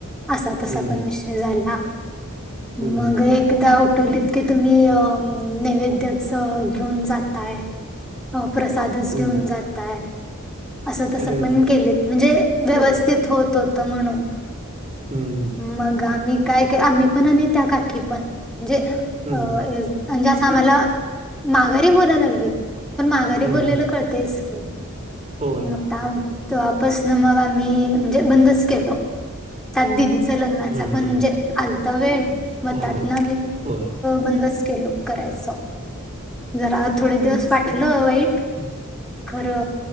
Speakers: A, in the centre; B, on the right.
A: असा तसा
B: हं,
A: पण विषय झाला
B: हं,
A: मग एक. एकदा उठवलीत की तुम्ही अ नैवेद्यच घेऊन जातय. अ प्रसादच
B: हं.
A: घेऊन जातय. असं तसं
B: अरे
A: पण
B: बापरे!
A: केलेत म्हणजे व्यवस्थित होत होत म्हणून.
B: हं, हं,
A: मग आम्ही काय आम्ही पण आणि त्या काकी पण म्हणजे अ.
B: हं,
A: मला आणि त्या काकींना माघारी बोलायला लागली पण माघारी
B: हं.
A: बोललेलं कळतच की.
B: होय.
A: मग तवापासून आम्ही मग आम्ही म्हणजे बंदच केलो. त्यात दिदीच लग्नाचा
B: हं,
A: पण
B: हं.
A: म्हणजे आलता वेळ मतात
B: होय,
A: ना.
B: होय.
A: बंदच केलो करायच जरा. थोडे दिवस
B: हम्म असतात.
A: वाटलं वाईट. खरं